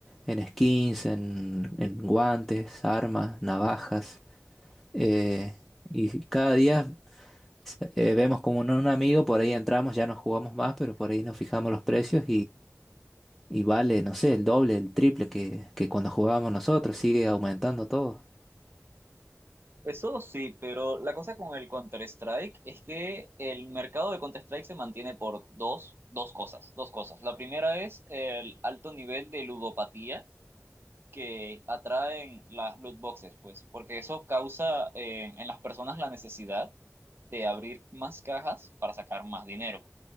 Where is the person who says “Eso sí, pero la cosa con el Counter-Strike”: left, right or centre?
Right